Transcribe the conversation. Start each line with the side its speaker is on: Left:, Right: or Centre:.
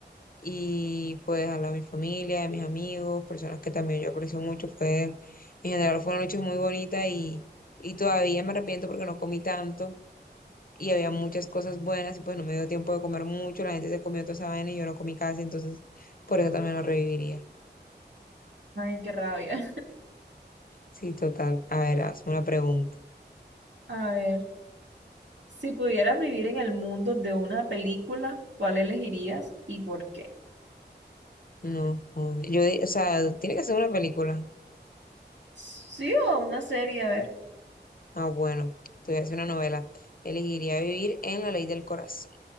Left: Y pues al lado de mi familia, de mis amigos, personas que también yo aprecio mucho. Fue, en general fue una noche muy bonita y, y todavía me arrepiento porque no comí tanto y había muchas cosas buenas y pues no me dio tiempo de comer mucho, la gente se comió toda esa vaina y yo no comí casi, entonces por eso también lo reviviría.
Right: Ay, qué rabia.
Left: Sí, total. A ver, hazme una pregunta.
Right: <laughs> A ver, si pudieras vivir en el mundo de una película, ¿cuál elegirías y por qué?
Left: No, no, yo, di- o sea, tiene que ser una película.
Right: Sí, o una serie, a ver.
Left: Ah, bueno, te voy a hacer una novela. Elegiría vivir en La Ley del Corazón.